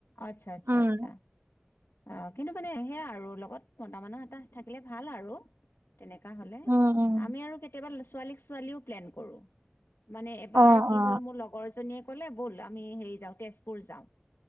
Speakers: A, on the left; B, on the right.
A: আচ্ছা আচ্ছা
B: উম
A: আচ্ছা। অ কিন্তু মানে সেয়া আৰু লগত মতা মানুহ এটা থাকিলে ভাল আৰু। তেনেকুৱা হ'লে
B: উম উম
A: আমি আৰু কেতিয়াবা ছোৱালীক ছোৱালীও প্লেন কৰোঁ। মানে এবাৰ
B: অ
A: কি
B: অ
A: হ'ল মোৰ লগৰজনীয়ে ক'লে ব'ল আমি হেৰি যাওঁ তেজপুৰ যাওঁ।